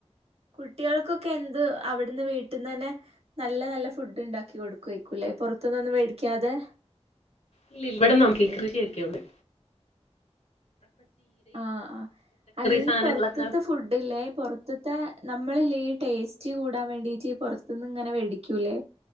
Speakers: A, on the right; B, on the left.
A: കുട്ടികൾക്കൊക്കെ എന്ത് അവിട്ന്ന് വീട്ട്ന്ന് തന്നെ നല്ല നല്ല ഫുഡ് ഉണ്ടാക്കി കൊടുകേക്കുംല്ലേ ഇപ്പൊ പുറത്ത്ന്നൊന്നും വേടിക്കാതെ
B: ഇല്ല ഇവിടെ നമുക്ക് ഈ കൃഷിയൊക്കെയളെ
A: ആ ആ അല്ലെങ്കിൽ
B: സാധനങ്ങളൊക്കെ
A: പൊറത്ത്ത്തെ ഫുഡ് ഇല്ലേ പൊറത്ത്ത്തെ നമ്മള്ല്ലേ ടേസ്റ്റ് കൂടാൻ വേണ്ടീട്ട് പുറത്ത്ന്ന് ഇങ്ങനെ വേടിക്കൂല്ലേ